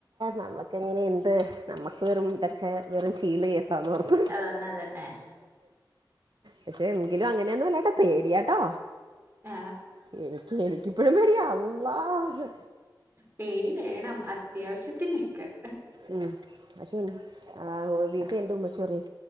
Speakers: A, on the right (about 65°); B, on the right (about 30°).
A: നമുക്കെങ്ങനെഎന്ത്നമുക്ക് വെറും ഇതൊക്കെവെറും ചീള്കേസന്നോർക്കും.
B: അതന്നെ, അതന്നെ.
A: പക്ഷെഎങ്കിലും അങ്ങനെയൊന്നുംല്ലട്ടോ പേടിയാട്ടൊ
B: ആ,
A: എനിക്ക്, എനിക്ക് പ്പഴുംപേടിയാ അള്ളാഹ്.
B: പേടിവേണം അത്യാവശ്യത്തിനക്കെ.
A: ഉം പഷേആഹ്ഓതിട്ട്എന്റെഉമ്മച്ചിറിയും.